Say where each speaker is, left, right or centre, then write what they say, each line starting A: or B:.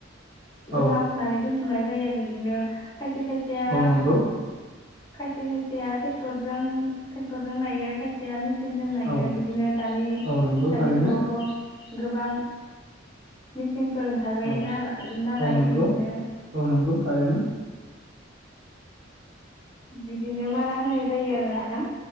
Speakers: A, on the left; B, on the right.
A: जमा
B: औ
A: फुनानै दोनथ फुनाय जायो बिदिनो खायसे खायसेया
B: औ नंगौ
A: खायसे खायसेया ट्रेक्टरजों ट्रेक्टरजों नायो खायसेया मि सिन जों नायो
B: औ
A: बिदिनो दानि
B: औ नंगौ
A: दानि
B: थारैनो
A: जुगावथ गोबां मिस सिंफोर ओंखारबाय
B: औ
A: नाला नालाय
B: औ नंगौ
A: बिदिनो
B: औ नंगौ थारैनो
A: बिदिनो मार रा होनाय जायो आरो नोंथां